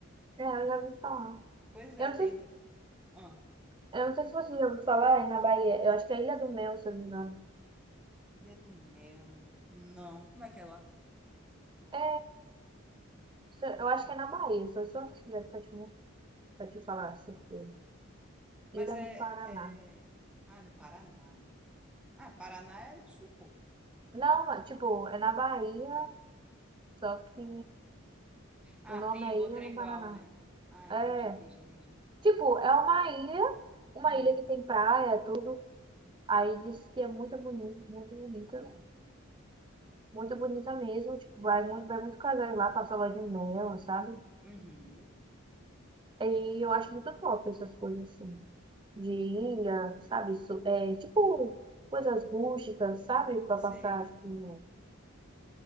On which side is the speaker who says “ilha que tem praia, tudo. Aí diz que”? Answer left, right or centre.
Right